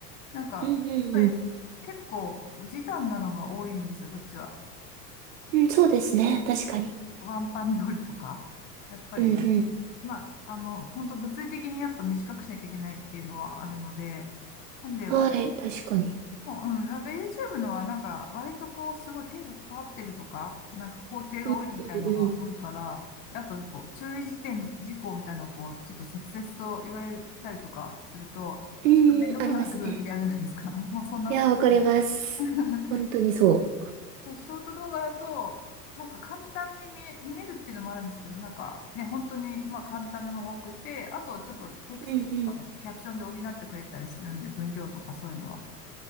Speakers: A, on the left; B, on the right.
A: なんか、
B: うんうんう
A: やっぱり結構、時短なのが多いんですよ、そっちは。
B: ん。うん、そうですね。確かに。
A: ワンパン料理とか。やっぱり、
B: うんうん。
A: まあ、あの、本当物理的にやっぱ短くしなきゃいけないっていうのはあるので、なんで、
B: はい、
A: 割
B: 確かに。
A: と、うん、やっぱ YouTube のはなんか、割とこう、すごい手がかかってるとか、なんか工程が多いみたいのが多いから、
B: うんうんうん。
A: あと、こう、注意事点、事項みたいなのをこう、ちょっと切々と言われたりとかすると、
B: うん、
A: ちょっと面倒くさくなってくる時あるじゃないですか。
B: ありますね。
A: <laughs> もうそんなことない。
B: いや、わかります。
A: <laughs>
B: 本当にそ
A: でもショート動画だと、なんか簡単に見え、見えるっていうのもあるんですけど、なんかね、本当にまあ簡単なのが多くて、あとちょっとテキストとかのキャプションで補ってくれたりするんで、
B: う。うんうん。
A: 文量とかそういうのは。